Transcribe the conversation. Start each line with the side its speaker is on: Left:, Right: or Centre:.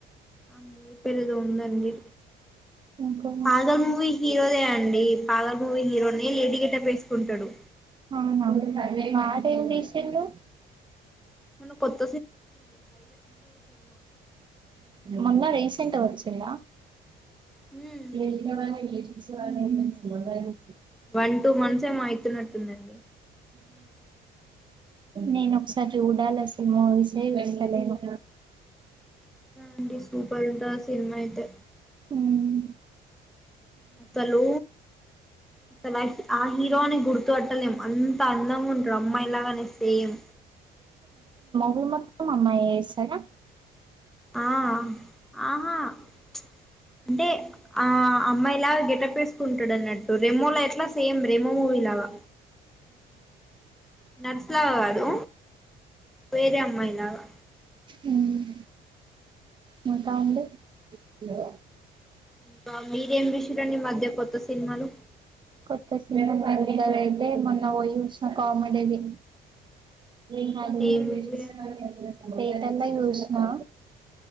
Centre: అమ్మూ ఇ పేరోదో ఉందండి
Right: ఇంకో
Centre: పాగల్ మూవీ హీరోనేే అండి పాగల్ మూవీ హీరోనే లేడి గెటప్ వేసు కుంటడు
Right: అవునవును ఏం తీసిండు
Centre: మన కొత్
Right: మల్ల వేసి రీసెంట్గోచ్చింద
Centre: హ్మ్
Right: రీసెంట్ గానే ఏసిన sorry friends what are you
Centre: one two months ఏమో అయి తున్నట్టుందండి
Right: నేను ఒకసారి చూడాలా ఆ సినిమా మూవీసే వెళ్లలేను
Centre: అండి సూపర్ ఉంటది ఆ సినిమా ఐతే
Right: మ్మ్
Centre: అసలు అసలు ఆ ఆ హీరోని గుర్తు పట్టలేం అంత అందంగుంటడు అమ్మాయిలాగానే సేమ్
Right: ము మొత్తం అమ్మాయే ఏస్తడా
Centre: ఆ ఆహా ప్చ్ అంటే ఆ అమ్మాయిలా గెటప్ వేసుకుంటడు అన్నట్టు రెమోలా ఎట్లా సేమ్ రెమో మూవీ లాగా మస్సా కాదు వేరే అమ్మాయిలాగా
Right: మ్మ్ మంట ఉండె యో
Centre: కా మీరేం చూసిండ్రండి ఈ మధ్య కొత్త సినిమాలు
Right: కొత్త సినిమా అయితే మొన్న పోయ్యోచ్చిన కామిడి ది విగ్గాని
Centre: ఏ
Right: రిలేషన్స్
Centre: మూవీ
Right: తేటర్లో చూష్నా